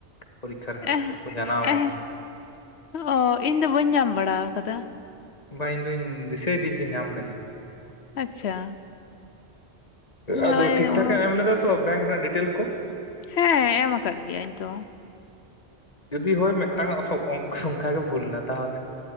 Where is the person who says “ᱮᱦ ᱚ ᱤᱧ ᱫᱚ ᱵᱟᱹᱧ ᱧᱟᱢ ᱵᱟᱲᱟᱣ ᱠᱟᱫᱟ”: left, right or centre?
Left